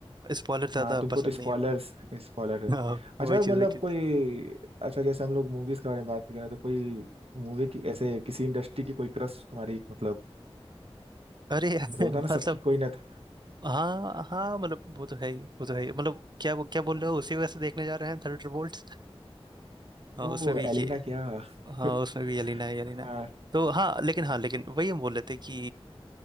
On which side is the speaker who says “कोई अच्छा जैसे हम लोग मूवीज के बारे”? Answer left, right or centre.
Right